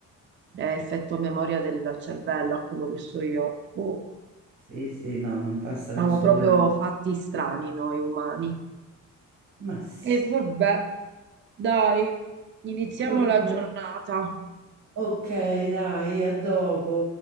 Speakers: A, on the right (about 35°); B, on the right (about 65°).
A: è effetto memoria del cervello, a quello che so io. Boh,
B: Sì, sì, no, non passano
A: siamo
B: assolutamente.
A: proprio fatti strani noi umani.
B: Ma sì.
A: E vabbè, dai, iniziamo
B: Oh,
A: la giornata.
B: Ok, dai, a dopo.